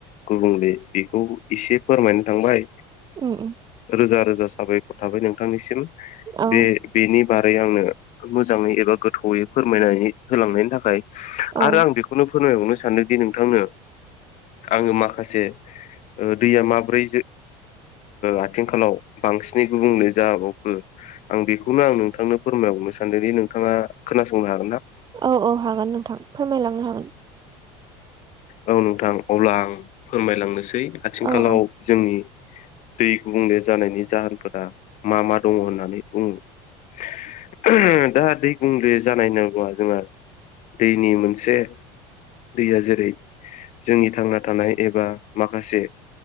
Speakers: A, on the left (about 55°); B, on the right (about 30°).
A: गुबुंले बेखौ एसे फोरमायनो थांबाय
B: उम उम
A: रोजा रोजा साबायखर थाबाय नोंथांनिसिम
B: औ
A: बे बेनि बार आंनो मोजाङै एबा गोथौै फोरमायनानै होलांनायनि थाखाय
B: औ
A: आरो आं बेखौ बेखौनो फोरमायहरनो सानदोंदि नोंथांनो आङो माखासे दैया माब्रै आथिंखालाव बांसिनै गुबुंले जाबावखो आं बेखौनो आं नोंथांनो फोरमायहरनो सानदोंदि नोंथाङा खोनासंनो हागोन ना
B: औ औ हागोन नोंथां फोरमायलांनो हागोन
A: औ नोंथां अब्ला आं फोरमायलांनोसै आथिंखालाव
B: औ औ
A: जोंनि दै गुबुंले जानायनि जाहोनफोरा मा मा दङ होननानै बुङो दा दै बुंले जानाय नांगौ जोंहा दैनि मोनसे दैया जेरै जोंनि थांना थानाय एबा माखासे